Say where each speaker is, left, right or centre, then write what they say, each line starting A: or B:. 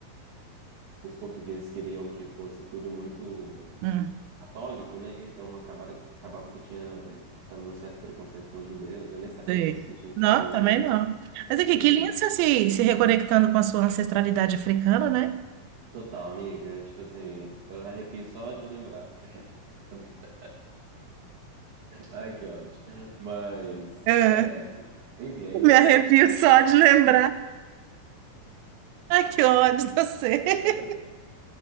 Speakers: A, on the right; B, on the right.
A: os portugueses queriam que fosse tudo muito
B: hum.
A: católico, né? Então acabaram, acabava que tinha também um certo preconceito com os judeus. Eu nem sabia
B: Sei.
A: disso, que tinha
B: Não,
A: judeu
B: também
A: aqui. sabe?
B: não. Mas aqui,
A: Tipo
B: que
A: assim,
B: lindo você se, se reconectando com a sua ancestralidade africana, né?
A: total, amiga. Tipo assim, eu arrepio só de lembrar. <laughs> Ai, que ódio. Mas,
B: Ah,
A: é, enfim, aí levou
B: me arrepio
A: a gente.
B: só de lembrar. Ai, que ódio de você. <laughs>
A: <laughs>